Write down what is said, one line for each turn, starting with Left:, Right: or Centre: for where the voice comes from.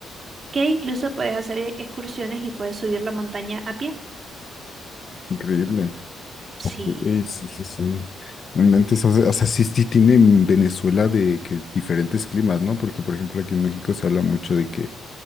Right: que incluso puedes hacer e- excursiones y puedes subir la montaña a pie.
Left: increíble.
Right: Sí,
Left: Ok, eh, sí, sí, sí. No inventes, o sea, o sea, sí, sí tiene en Venezuela de que diferentes climas, ¿no? Porque, por ejemplo, aquí en México se habla mucho de que